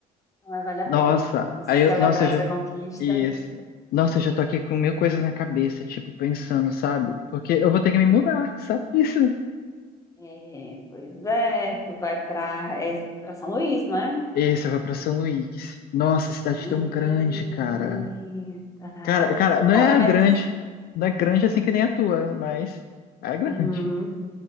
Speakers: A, on the left; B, on the left.
A: Mas vale a
B: Nossa,
A: pena, meu amigo, pra celebrar
B: aí eu... nossa, eu
A: essa
B: já.
A: conquista.
B: Isso. Nossa, eu já tô aqui com mil coisas na cabeça, tipo, pensando, sabe? Porque eu vou ter que me mudar, sabe disso?
A: É, pois é, tu vai pra, é, pra São Luís, não é?
B: Isso, eu vou pra São Luís. Nossa, cidade
A: Eita.
B: tão grande, cara.
A: Cara,
B: Cara, cara, não é
A: mas.
B: grande. Não é grande assim que nem a tua, mas é grande.
A: uhum,